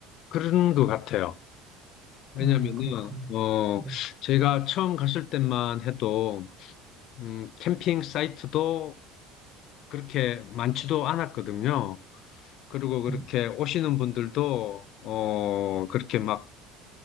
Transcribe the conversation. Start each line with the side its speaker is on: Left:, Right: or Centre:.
Left: 그런 것 같아요. 왜냐면은
Right: 아, 그렇구나.
Left: 어,
Right: 네.
Left: 제가 처음 갔을 때만 해도 음, 캠핑 사이트도 그렇게 많지도 않았거든요. 그리고 그렇게
Right: 음.
Left: 오시는 분들도, 어, 그렇게 막,